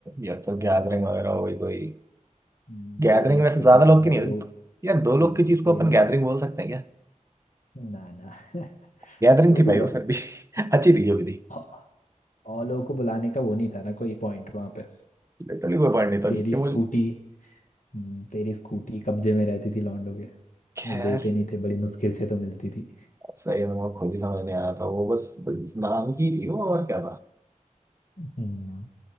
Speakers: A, on the right; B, on the left.
A: या तो गैदरिंग वगैरह हो गई कोई
B: हम्म,
A: गैदरिंग
B: तेरी
A: वैसे
B: स्कूटी
A: ज्यादा
B: तो
A: लोग
B: भाई
A: की नहीं है
B: वो
A: यार दो
B: हम्म,
A: लोग की चीज
B: तेरी
A: को अपन गैदरिंग बोल सकते हैं क्या
B: ना ना <laughs>
A: गैदरिंग
B: जो
A: थी
B: भी
A: भाई वो फिर भी <laughs> अच्छी थी जो भी थी
B: है और लोगों को बुलाने का वो नहीं था ना कोई पॉइंट वहां पे
A: लिटरली कोई पॉइंट नहीं था
B: तेरी
A: क्योंकि
B: स्कूटी
A: मुझे
B: हम्म, तेरी स्कूटी कब्जे में रहती थी लौंडों के
A: खैर
B: वो देते नहीं थे बड़ी मुश्किल से तो मिलती थी
A: सही में वो खुद ही समझ नहीं आया था वो बस नाम की थी वो और क्या
B: हम्म,